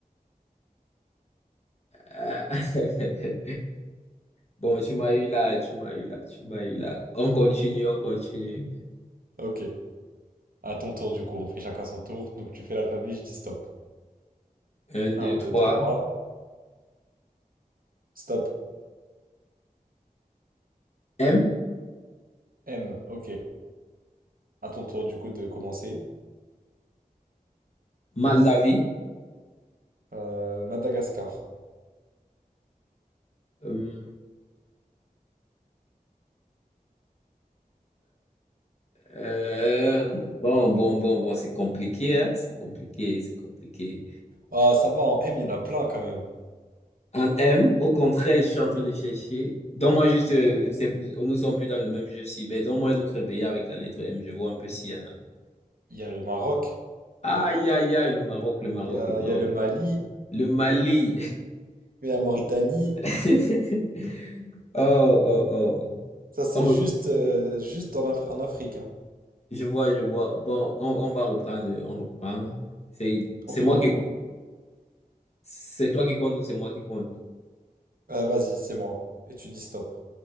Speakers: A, on the left (about 45°); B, on the right (about 70°).
A: Ah, <laughs> Bon, tu m'as eu là, tu m'as eu là, tu m'as eu là. On continue, on continue.
B: Ok. À ton tour, du coup, on fait chacun son tour. Donc tu fais l'alphabet, je dis stop.
A: Un,
B: Un,
A: deux,
B: 2,
A: trois.
B: 3. stop.
A: M,
B: M, ok. À ton tour, du coup, de commencer.
A: mal d'avis.
B: Euh, Madagascar.
A: Hum, euh, bon, bon, bon, bon, c'est compliqué, hein, C'est compliqué, c'est compliqué.
B: Ah, ça va, en M, il y en a plein quand même.
A: En M, au contraire, je suis
B: Ah
A: en train
B: oui.
A: de chercher. Donne-moi juste, euh, c'est- nous sommes plus dans le même jeu si, mais donne-moi un autre pays avec la lettre M, je vois un peu s'il y en a.
B: Il y a le Maroc,
A: Aïe, aïe, aïe, le Maroc, le Maroc,
B: il y a,
A: le Maroc.
B: il y a le Mali,
A: Le Mali.
B: il y a la Mauritanie.
A: <laughs> Oh, oh,
B: Ça, c'est
A: oh.
B: juste, euh, juste en, Af- en Afrique. hein.
A: Je vois, je vois. Bon, on, on va reprendre, on reprend. C'est, c'est
B: On fait
A: moi
B: une.
A: qui, c'est toi qui compte ou c'est moi qui compte?
B: Euh, vas-y, c'est moi. Et tu dis stop.